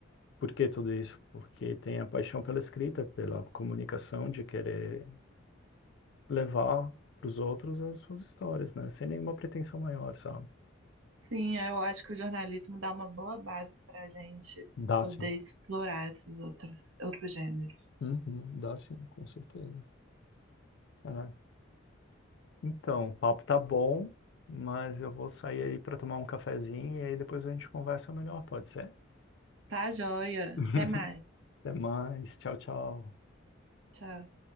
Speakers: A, on the left; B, on the right.
A: Por que tudo isso? Porque tem a paixão pela escrita, pela comunicação, de querer levar para os outros as suas histórias, né? Sem nenhuma pretensão maior, sabe?
B: Sim, eu acho que o jornalismo dá uma boa base para a gente
A: Dá
B: poder
A: sim.
B: explorar esses outros, outros gêneros.
A: Uhum, dá sim, com certeza. É. Então, o papo tá bom, mas eu vou sair aí para tomar um cafezinho e aí depois a gente conversa melhor, pode ser?
B: Tá, joia.
A: <laughs>
B: Até mais.
A: Até mais. Tchau, tchau.
B: Tchau.